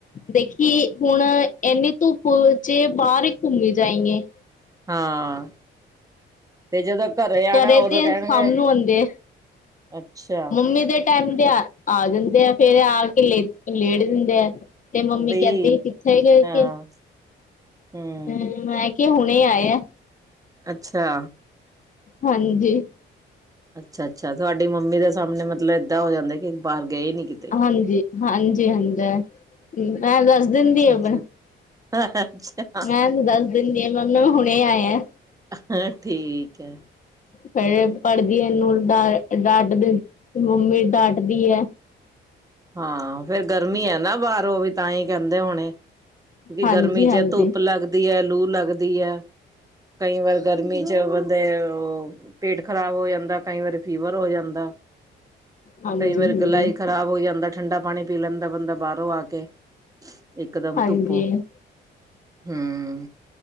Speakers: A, on the left (about 40°); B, on the right (about 15°).
A: ਦੇਖੀ ਹੁਨ ਐਨੀ ਧੁਪ ਚ ਏ ਬਾਰ ਘੁੰਮੀ ਜਾਈ ਐਂ।
B: ਹਾਂ, ਤੇ ਜਦੋਂ ਆਣਾ
A: ਘਰੇ
B: ਉਦੋਂ
A: ਤੇ
B: ਕਹਿਣਗੇ
A: ਸਾਮ ਨੂੰ ਆਂਦੇ ਐ,
B: ਅੱਛਾ
A: ਮੰਮੀ ਦੇ ਟੈਮ ਦੇ ਆ ਆ ਜਾਂਦੇ ਆ ਫੇਰ ਆ ਕੇ ਲੇ ਲੇਟ ਦਿੰਦੇ ਆ। ਤੇ ਮੰਮੀ
B: ਬਈ
A: ਕੈਂਦੀ ਕਿਥੇ ਗਏ
B: ਹਾਂ
A: ਸੀ
B: ਹੂੰ
A: ਤੇ ਮੈਂ ਕੇ ਹੁਨੇ ਆਏ ਐ।
B: ਅੱਛਾ।
A: ਹਾਂਜੀ।
B: ਅੱਛਾ-ਅੱਛਾ ਤੁਆਡੀ ਮੰਮੀ ਦੇ ਸਾਮਣੇ ਮਤਲਬ ਏਦਾਂ ਹੋ ਜਾਂਦਾ ਕਿ ਬਾਹਰ ਗਏ ਨੀ ਕਿਤੇ
A: ਹਾਂਜੀ-ਹਾਂਜੀ ਹੁੰਦੈ, ਤੇ ਏਹ ਦਸ ਦਿੰਦੀ
B: ਅੱਛਾ
A: ਐ
B: ਅੱਛਾ
A: ਪਰ
B: ਅੱਛਾ
A: ਮੈ ਤੇ ਦਸ ਦੀਂਦੀ ਆ ਏਨ ਨੂੰ ਮੈਮ ਹੁਨੇ ਆਏ ਐ।
B: ਹੈਂ ਠੀਕ ਐ।
A: ਫੇਰ ਪੜ੍ਹਦੀ ਆਂ ਏਨੂੰ ਡਾ ਡਾਟਦੀ, ਮੰਮੀ ਡਾਟਦੀ ਐ।
B: ਹਾਂ, ਫੇਰ ਗਰਮੀ ਐ ਨਾ ਬਾਰ ਓ ਵੀ ਤਾਂਈ ਕੈਂਦੇ ਹੋਨੇ,
A: ਹਾਂਜੀ,
B: ਵੀ ਗਰਮੀ
A: ਹਾਂਜੀ,
B: ਚ
A: ਹਾਂਜੀ,
B: ਧੁੱਪ ਲੱਗਦੀ ਐ ਲੂ ਲੱਗਦੀ ਐ, ਕਈ ਵਾਰ ਗਰਮੀ ਚ ਵ ਦੇ ਓ ਪੇਟ ਖ਼ਰਾਬ ਹੋ ਜਾਂਦੈ ਕਈ ਵਾਰ ਫੀਵਰ ਹੋ ਜਾਂਦੈ।
A: ਹਾਂਜੀ,
B: ਕਈ ਵਾਰ
A: ਹਾਂਜੀ।
B: ਗਲਾ ਈ ਖ਼ਰਾਬ ਹੋ ਜਾਂਦੈ ਠੰਡਾ ਪਾਨੀ ਪੀ ਲੈਂਦਾ ਬੰਦਾ ਬਾਰੋਂ ਆ ਕੇ। ਇਕਦਮ
A: ਹਾਂਜੀ
B: ਧੁੱਪੋਂ, ਹੂੰ,